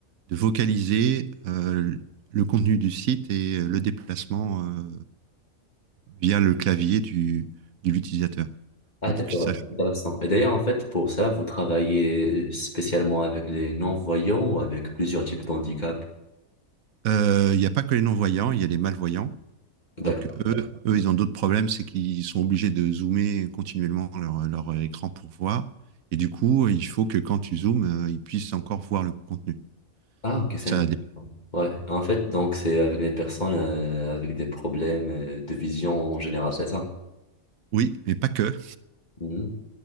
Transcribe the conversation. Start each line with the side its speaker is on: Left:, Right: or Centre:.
Right: de vocaliser euh, le contenu du site et euh, le déplacement euh, via le clavier du, de l'utilisateur.
Left: Ah,
Right: Donc
Left: d'accord.
Right: pour qu'ils sachent.
Left: Intéressant. Et d'ailleurs, en fait, pour ça, vous travaillez spécialement avec les non-voyants ou avec plusieurs types d'handicap?
Right: Euh, Il n'y a pas que les non-voyants, il y a les malvoyants.
Left: D'accord.
Right: Donc eux, eux ils ont d'autres problèmes, c'est qu'ils sont obligés de zoomer continuellement leur, leur écran pour voir. Et du coup, il faut que quand tu zoomes, euh, ils puissent encore voir le contenu.
Left: Ah, ok, c'est
Right: Ça,
Left: un-
Right: dé-
Left: Ouais, en fait, donc c'est avec des personnes euh, avec des problèmes euh, de vision en général, c'est ça?
Right: oui, mais pas que.
Left: Mhm.